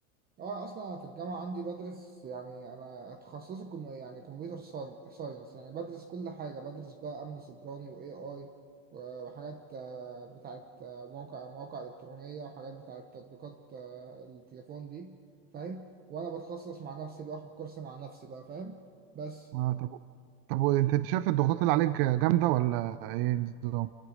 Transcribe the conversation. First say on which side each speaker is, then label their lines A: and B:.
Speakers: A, on the right; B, on the right.
A: اه اصلا في الجامعه عندي بدرس يعني انا تخصصي كم يعني كمبيوتر ساينس يعني بدرس كل حاجه بدرس بقى امن سيبراني واي اي وحاجات آه، بتاعت آه، موقع مواقع الكترونيه وحاجات بتاعت تطبيقات آه، التليفون دي فاهم وانا بتخصص مع نفسي باخد كورس مع نفسي بقى فاهم بس
B: آه طب طب انت انت شايف الضغوطات اللي عليك جامده ولا ايه النظام